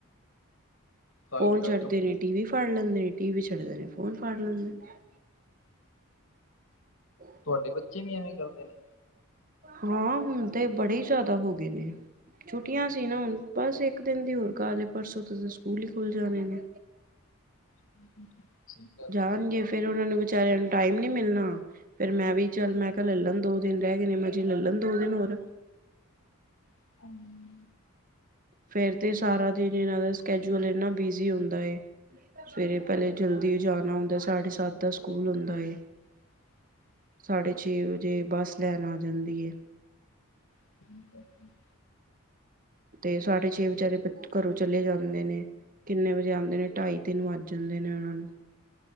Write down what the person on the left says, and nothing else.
ਸਾਈਡ
ਇਫੈਕਟ
ਤੁਆਡੇ ਬੱਚੇ ਵੀ ਐਵੇਂ ਕਰਦੇ ਨੇ।
<inaudible>
<inaudible>
<inaudible>
<inaudible>